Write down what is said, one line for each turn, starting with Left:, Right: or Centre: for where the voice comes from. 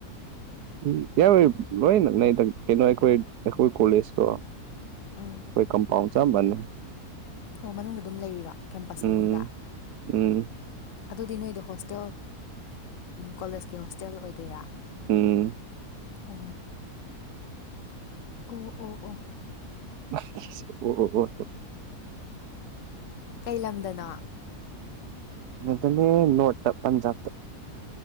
Right: ꯎ ꯌꯥꯏ ꯂꯣꯏꯅꯪ ꯅ ꯀꯩꯅꯣ ꯑꯩꯈꯣꯏ ꯑꯩꯈꯣꯏ ꯀꯣꯂꯦꯖꯇꯣ
Left: ꯎꯝ
Right: ꯑꯩ ꯀꯝꯄꯥꯎꯟ ꯆꯞꯃꯥꯟꯅꯩ꯫
Left: ꯑꯣ ꯃꯅꯨꯡꯗ ꯑꯗꯨꯝ ꯂꯩꯔꯤꯔꯣ ꯀꯦꯝꯄꯁ
Right: ꯎꯝ
Left: ꯃꯅꯨꯡꯗ꯫
Right: ꯎꯝ
Left: ꯑꯗꯨꯗꯤ ꯅꯣꯏꯗꯣ ꯍꯣꯁꯇꯦꯜ ꯀꯣꯂꯦꯖꯀꯤ ꯍꯣꯁꯇꯦꯜ ꯑꯣꯏꯗꯣꯏꯔꯥ
Right: ꯎꯝ
Left: ꯑ ꯑꯣ ꯑꯣ ꯑꯣ
Right: <unintelligible> ꯑꯣ ꯍꯣ
Left: ꯀꯩ ꯂꯝꯗꯅꯣ
Right: ꯗꯅꯦ ꯅꯣꯠ ꯄꯟꯖꯥꯕ